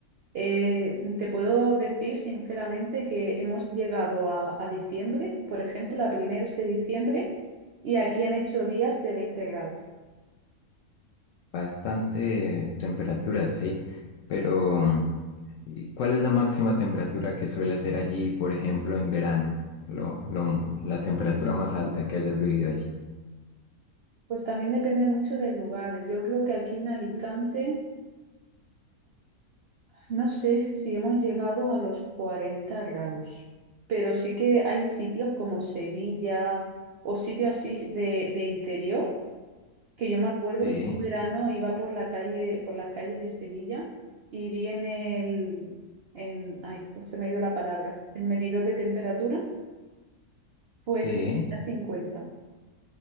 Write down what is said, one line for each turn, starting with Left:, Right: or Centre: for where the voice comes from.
Right: eh, te puedo decir sinceramente que hemos llegado a, a diciembre, por ejemplo, a primeros de diciembre, y aquí han hecho días de 20 grados.
Left: Bastante temperatura, sí, pero mm, ¿y ¿cuál es la máxima temperatura que suele hacer allí, por ejemplo, en verano? Lo, lo- la temperatura más alta que hayas vivido allí.
Right: Pues también depende mucho del lugar. Yo creo que aquí en Alicante, no sé si hemos llegado a los 40 grados, pero sí que hay sitios como Sevilla o sitios así de, de interior que yo me acuerdo
Left: Sí,
Right: que un verano iba por la calle, por las calles de Sevilla y vi en el, en, ay, pues se me ha ido la palabra, el medidor de temperatura, pues
Left: sí.
Right: que tenía cincuenta